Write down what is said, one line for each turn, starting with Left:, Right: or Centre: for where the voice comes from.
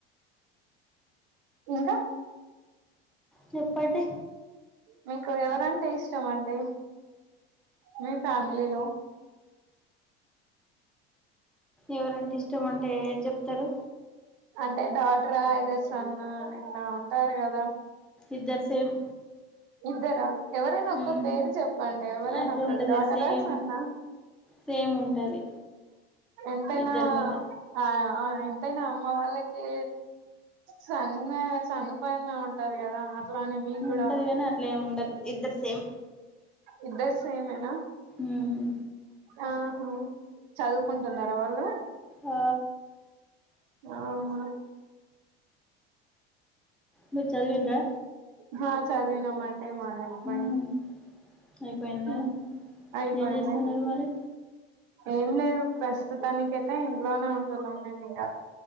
Right: ఇంకా
Centre: చెప్పటే
Right: మీకు ఎవరంటే ఇష్టం అండి మీ ఫ్యామిలీలో
Centre: ఎవరంటే ఇష్టం అంటే ఏమ్ చెప్తారు
Right: అంటే డాటరా ఐదర్ సన్న ఇట్లా ఉంటారు కదా
Centre: ఇద్దర్ సేమ్
Right: ఇద్దరా ఎవరైనా ఒక
Centre: మ్మ్.
Right: పేరు చెప్ పండే ఎవరైనా
Centre: అట్లా
Right: ఒకరు
Centre: ఉండదు
Right: డాటర్
Centre: సేమ్
Right: అ సన్ అ
Centre: సేమ్ ఉంటది
Right: ఎంతేనా
Centre: ఇద్దరి మీద
Right: అ అ ఎంతైనా అమ్మ వాళ్ళకి సన్న సన్న పైనే ఉంటది కదా అట్లా అని మీకు కూడా
Centre: ఉంటది కాని అట్లా ఎమి ఉండదు ఇద్దరు సేమ్
Right: ఇద్దరు సేమెనా
Centre: మ్మ్.
Right: ఆహా చదువుకుంటున్నారా వాళ్ళు
Centre: ఆ,
Right: అవునా
Centre: మీర్ చదివిండ్రా
Right: హా చదివినమండి మాది అయిపోయింది
Centre: మ్మ్. అయిపోయిందా
Right: మ్ అయిపోయింది
Centre: ఏం చేస్తున్నారు మరి
Right: ఏం లేదు ప్రస్తుతానికయితే ఇంట్లోనే ఉంటున్నాం మేము ఇంకా